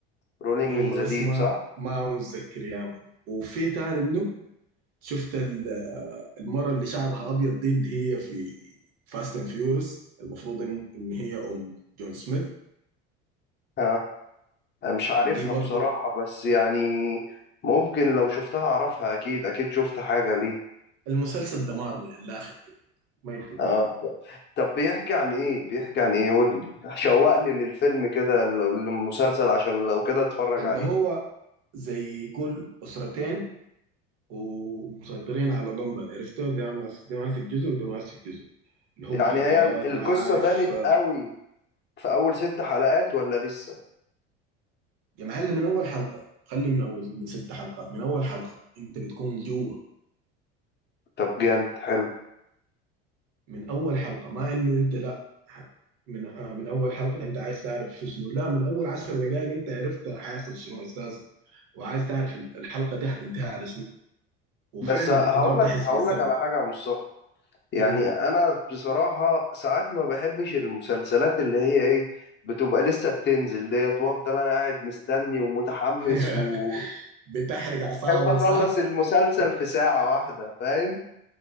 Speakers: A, on the left; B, on the right.
A: رولينج
B: يلا
A: ان ذا
B: بس
A: ديب
B: ما
A: صح
B: ما متذكر يا مان وفي تاني منه شفت ال- المرة اللي شعرها أبيض دي اللي هي في فاست اند فيورس المفروض إن إن هي أم جون سميث
A: اه انا مش عارفها
B: دي برضو
A: بصراحه بس يعني ممكن لو شفتها اعرفها اكيد اكيد شفت حاجه ليها
B: المسلسل دمار من الآخر كده ما يفوتك
A: اه طب بيحكي عن ايه بيحكي عن ايه قول لي شوقني للفيلم كده للمسلسل عشان لو كده اتفرج
B: اللي
A: عليه
B: هو زي كل أسرتين ومسيطرين على لندن عرفته ده ماسك ده ماسك جزء وده ماسك جزء اللي هو
A: يعني
B: مخدرات
A: هي ال- القصة
B: ما عارف
A: بانت قوي في اول ست حلقات ولا لسه
B: يا معلم من أول حلقة خلي من أول من ست حلقات من أول حلقة أنت بتكون جوا
A: طب جامد حلو
B: من اول حلقه ما انه انت لا ح- من آه، من اول حلقه انت عايز تعرف في شنو لا من اول عشر دقائق انت عرفت حيحصل شنو اساسا وعايز تعرف ال- الحلقه دي هتنتهي على شنو وفعلا
A: بس هقول
B: انت ما بتحس
A: لك هقول
B: بالزمن
A: لك على حاجة يا مصطفى يعني
B: مم.
A: انا بصراحة ساعات ما بحبش المسلسلات اللي هي ايه بتبقى لسه بتنزل ديت وافضل انا قاعد مستني ومتحمس
B: <laughs>
A: وبحب
B: بتحرق اعصابك
A: اخلص
B: صح؟
A: المسلسل في ساعة واحدة فاهم